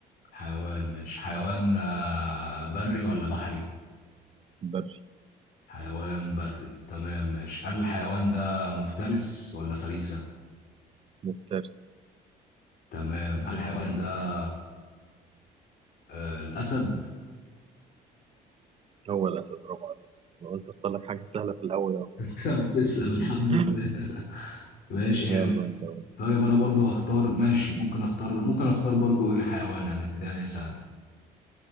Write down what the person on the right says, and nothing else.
بري
مفترس
هو الأسد برافو عليك أنا قلت أختار لك حاجة سهلة في الأول أهو
<laughs>
يلا أنت بقى.